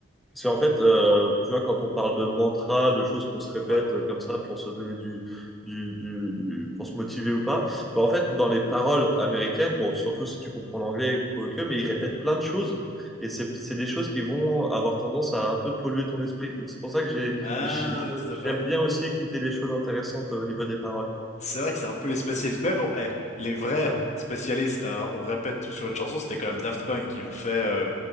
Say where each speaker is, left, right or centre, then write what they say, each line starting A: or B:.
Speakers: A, in the centre; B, on the left.
A: C'est en fait, euh, tu vois, quand on parle de mantra, de choses qu'on se répète
B: Ouais.
A: euh, comme ça pour se donner du, du, du, du- pour se motiver ou pas, bah en fait, dans les paroles américaines, bon, surtout si tu comprends l'anglais, quoique, mais ils répètent plein de choses et c'est, c'est des choses qui vont avoir tendance à un peu polluer ton esprit. Donc c'est pour ça que j'ai,
B: Ah
A: j'ai-
B: ouais, tout à
A: j'aime
B: fait.
A: bien aussi écouter les choses intéressantes au niveau des paroles.
B: C'est vrai que c'est un peu les spécialistes. Mais bon, eh, les vrais
A: Ouais.
B: spécialistes, hein, on répète tout sur une chanson, c'était quand même Daft Punk qui ont fait, euh,